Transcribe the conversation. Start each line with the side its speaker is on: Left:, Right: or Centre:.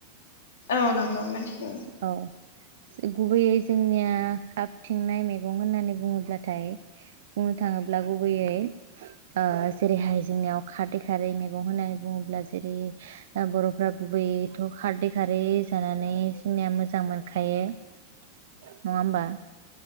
Left: औ नंगौ मिन्थिगौ।
Right: औ। गुबैयै जोंनिया हाबथिंनाय मैगं होननानै बुङोब्लाथाय बुंनो थाङोब्ला गुबैयै ओ जेरैहाय जोंनियाव खारदै खारै मैगं होननानै बुङोब्ला जेरै ओ बरफ्रा गुबैथ खारदै खारै जानानै जोंनिया मोजां मोनखायो नङा होमबा